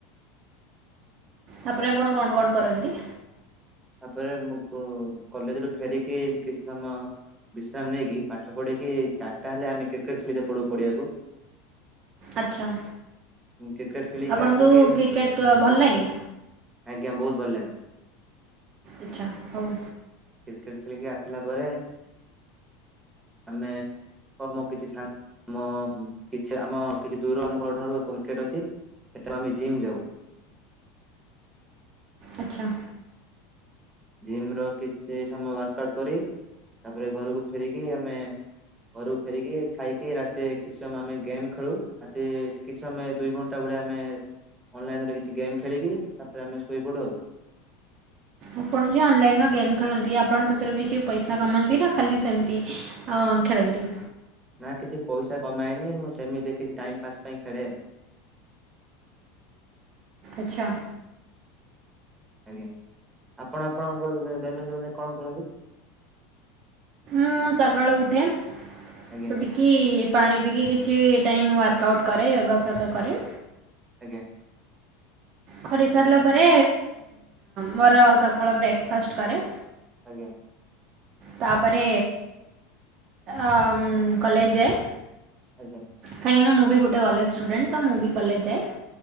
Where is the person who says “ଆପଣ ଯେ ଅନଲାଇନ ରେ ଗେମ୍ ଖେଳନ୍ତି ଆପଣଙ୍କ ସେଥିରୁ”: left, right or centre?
Right